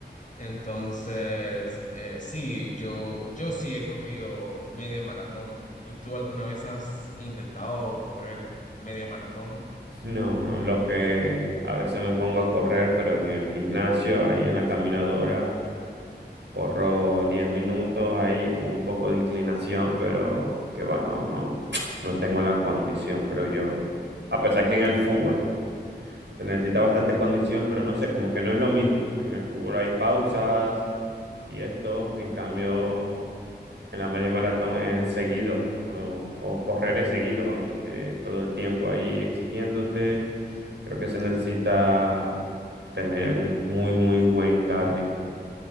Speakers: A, on the left (about 45°); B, on the right (about 80°).
A: Entonces, eh, sí, yo, yo sí he corrido media maratón. ¿Y tú alguna vez has intentado correr media maratón?
B: No, no, lo que a veces me pongo a correr, pero en el gimnasio, ahí en la caminadora, corro 10 minutos ahí con un poco de inclinación, pero que va, no, no, no tengo la condición, creo yo. A pesar que en el fútbol se necesita bastante condición, pero no sé, como que no es lo mismo. En el fútbol hay pausas y esto, en cambio, en la media maratón es seguido o, o correr es seguido, vamos. eh, todo el tiempo ahí exigiéndote. Creo que se necesita tener un muy, muy buen cardio.